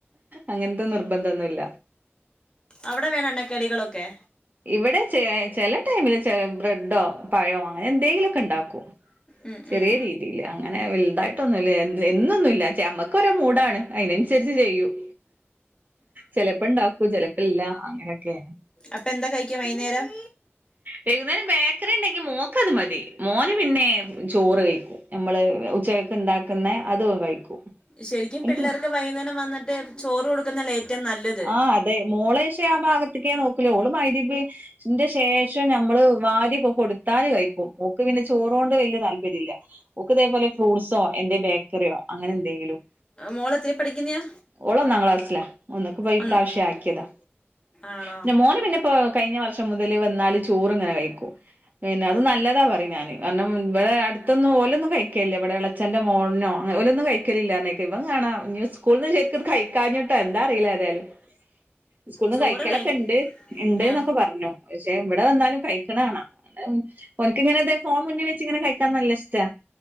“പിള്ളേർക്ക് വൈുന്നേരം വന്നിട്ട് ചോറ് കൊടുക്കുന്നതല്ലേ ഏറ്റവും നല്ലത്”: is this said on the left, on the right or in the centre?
Left